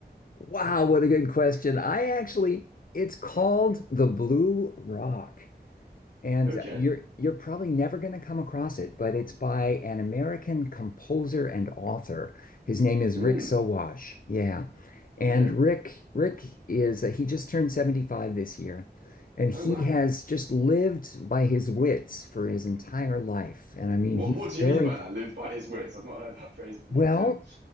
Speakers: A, on the left; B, on the right.
A: wow, what a good question. I actually, it's called The Blue Rock. And
B: Okay.
A: you're you're probably never going to come across it, but it's by an American composer and author. His name is
B: Mm,
A: Rick Sowash. Yeah.
B: okay.
A: And Rick Rick is uh, he just turned 75 this year, and
B: Oh
A: he
B: wow.
A: has just lived by his wits for his entire life. And I mean,
B: What
A: he's
B: what
A: very
B: do you mean by that? Live by his wits. I've not heard that phrase before.
A: well,
B: As in,